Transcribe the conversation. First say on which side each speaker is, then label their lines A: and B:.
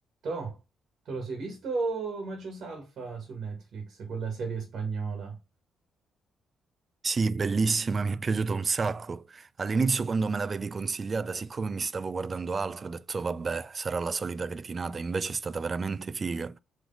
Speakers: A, on the right; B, on the right.
A: Toh, te lo sei visto Machos Alfa su Netflix, quella serie spagnola?
B: Sì, bellissima, mi è piaciuta un sacco. All'inizio quando me l'avevi consigliata, siccome mi stavo guardando altro, ho detto vabbè, sarà la solita cretinata, invece è stata veramente figa.